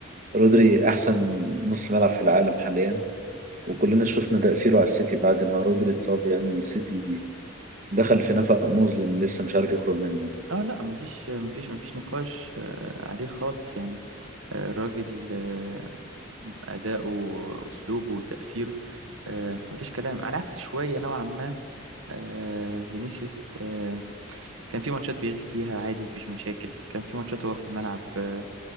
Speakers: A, on the right; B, on the right.
A: رودري احسن نص ملعب في العالم حاليا وكلنا شفنا تأثيره على السيتي بعد ما رودري اتصاب يعني السيتي دخل في نفق مظلم لسه مش عارف يخرج منه
B: اه لا ما فيش ما فيش ما فيش نقاش آه عليه خالص يعني آه الراجل آه أداؤه وأسلوبه وتأثيره آه ما فيش كلام على عكس شوية نوعا ما آه فينيسيوس آه، كان في ماتشات بيغيب فيها عادي مفيش مشاكل كان في ماتشات هو في الملعب آه،